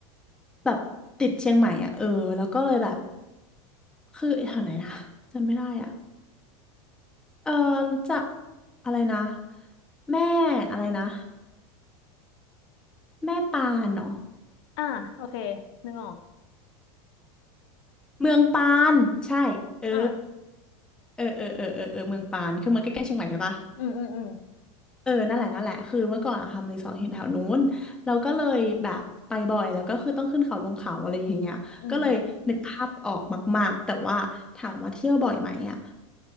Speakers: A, in the centre; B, on the left.
A: แบบติดเชียงใหม่อะเออแล้วก็เลยแบบคือแถวไหนนะจำไม่ได้อะเออรู้จักอะไรนะแม่อะไรนะแม่ปานเนาะ
B: อ่ะโอเคนึกออก
A: เมืองปานใช่เออ
B: อ่ะ
A: เออเออเออเออเออเมืองปานคือมันใกล้ๆเชียงใหม่ใช่ปะ
B: อืมอืมอืม
A: เออนั่นแหละนั่นแหละคือเมื่อก่อนอะทำรีสอร์ทที่แถวนู้นเราก็เลยแบบไปบ่อยแล้วก็คือต้องขึ้นเขาลงเขาอะไรอย่างเงี้ยก็เลยนึกภาพออกมากๆแต่ว่าถามว่าเที่ยวบ่อยไหมอ่ะ
B: อืม